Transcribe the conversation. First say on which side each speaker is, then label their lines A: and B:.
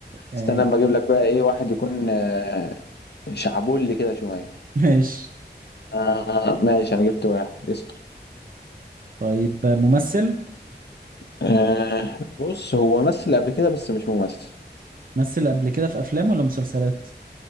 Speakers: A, on the right (about 50°); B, on the left (about 70°).
A: آه،
B: استنى اما اجيب لك بقى ايه واحد يكون آه، شعبولي كده شويه
A: ماشي
B: آه ماشي انا جبت واحد اسأل
A: طيب ممثل
B: آه بص هو مثل قبل كده بس مش ممثل
A: مثل قبل كده في افلام ولا مسلسلات